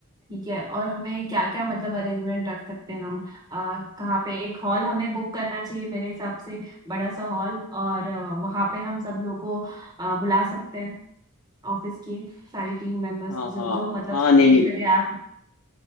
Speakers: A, on the right (about 20°); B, on the left (about 70°).
A: ठीक है और हमें क्या क्या मतलब अरेंजमेंट रख सकते हैं हम आ, कहाँ पे एक हॉल हमें बुक करना चाहिए मेरे हिसाब से बड़ा सा हॉल और अ, वहाँ पे हम सब लोग को अ, बुला सकते हैं ऑफिस की सारी टीम मेंबर्स
B: हाँ
A: जो
B: हाँ
A: जो मतलब
B: हाँ
A: सब
B: नहीं
A: एक
B: नहीं
A: जगह आ सकते